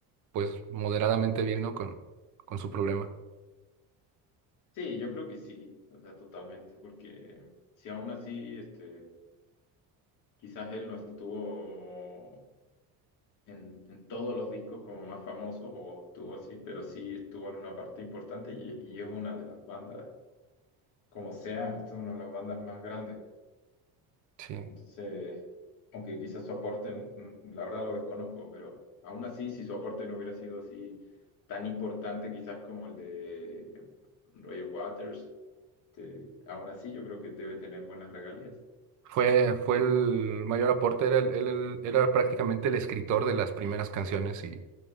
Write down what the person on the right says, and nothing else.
pues moderadamente bien, ¿no? Con, con su problema.
Sí.
Fue, fue el mayor aporte, era, el- él el- era prácticamente el escritor de las primeras canciones y,